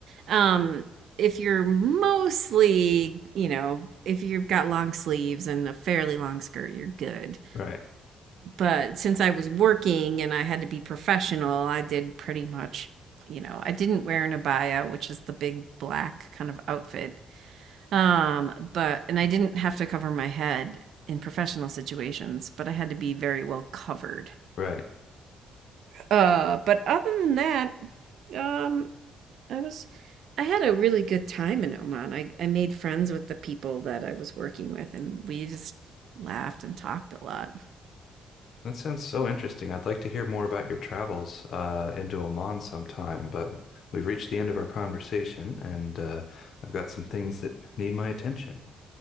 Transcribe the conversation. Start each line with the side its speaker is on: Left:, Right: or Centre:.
Right: um, if you're mostly, you know, if you've got long sleeves and a fairly long skirt, you're good.
Left: right,
Right: But since I was working and I had to be professional, I did pretty much, you know, I didn't wear an abaya, which is the big black kind of outfit. Um, but and I didn't have to cover my head in professional situations, but I had to be very well covered.
Left: right.
Right: Uh, but other than that, um, I was I had a really good time in Oman. I, I made friends with the people that I was working with, and we just laughed and talked a lot.
Left: That sounds so interesting. I'd like to hear more about your travels uh, into Oman sometime, but we've reached the end of our conversation, and uh, I've got some things that need my attention.